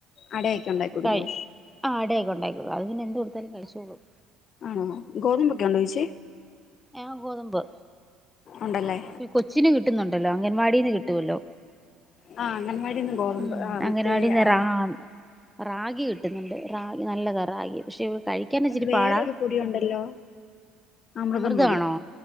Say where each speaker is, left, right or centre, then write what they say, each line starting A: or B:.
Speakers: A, on the left (about 50°); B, in the centre.
A: അടൊക്കെ ഉണ്ടായി കൊടുകോ
B: കഴി ആ അടയയിക്കോ ഉണ്ടക്കോക്കൂ അത് പിന്നെ എന്ത് കൊടുത്താലും കഴിച്ചോള്ളും
A: ആണോ ഗോതുമമ്പൊക്കെ ഉണ്ടോ ചേച്ചി
B: ആ ഗോതമ്പ്
A: ഉണ്ടല്ലേ
B: കൊച്ചിന് കിട്ടുന്നുണ്ടല്ലോ അംഗൻവാടിന്ന് കിട്ടുമല്ലോ
A: ആ അംഗൻവാടിന്ന് ഗോതമ്പ്
B: ഉം
A: ആ
B: അംഗനവാടി
A: മറ്റേ ആ
B: ആഹ റാഗി കിട്ടുന്നുണ്ട് റാഗി നല്ലതാ റാഗി പക്ഷെ കഴിക്കാനച്ചിരി
A: വേറൊരു
B: പാടാ
A: പൊടി ഉണ്ടല്ലോ അമൃതം
B: അമൃതമാണോ
A: പൊടി